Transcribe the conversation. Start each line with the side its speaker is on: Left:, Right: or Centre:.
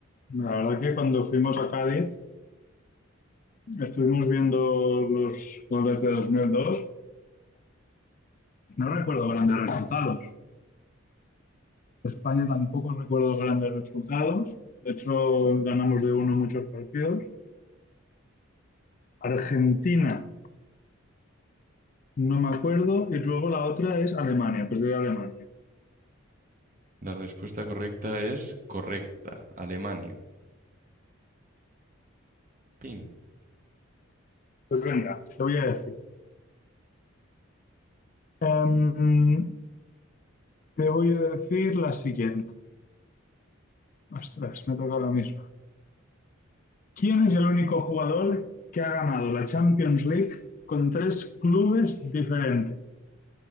Left: La verdad que cuando fuimos a Cádiz Estuvimos viendo los goles de 2002. No recuerdo grandes resultados. España tampoco recuerdo grandes resultados. De hecho, ganamos de uno muchos partidos. Argentina, no me acuerdo. Y luego la otra es Alemania, pues de Alemania.
Right: La respuesta correcta es correcta, Alemania. Pim.
Left: Pues venga, te voy a decir. Em, te voy a decir la siguiente. Ostras, me toca la misma. ¿Quién es el único jugador que ha ganado la Champions League con tres clubes diferentes?